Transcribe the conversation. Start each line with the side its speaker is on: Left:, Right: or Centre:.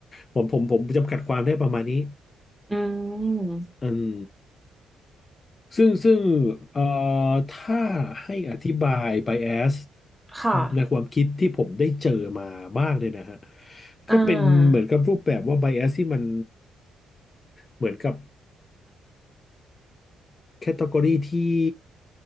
Left: ผมผมผมจำกัดความได้ประมาณนี้
Centre: อืม
Left: อืม ซึ่งซึ่งเอ่อถ้าให้อธิบาย bias
Centre: ค่ะ
Left: ในความคิดที่ผมได้เจอมาบ้างเนี่ยนะฮะ
Centre: อ่า
Left: ก็เป็นเหมือนกับรูปแบบว่า bias ที่มันเหมือนกับ แคตตากรีที่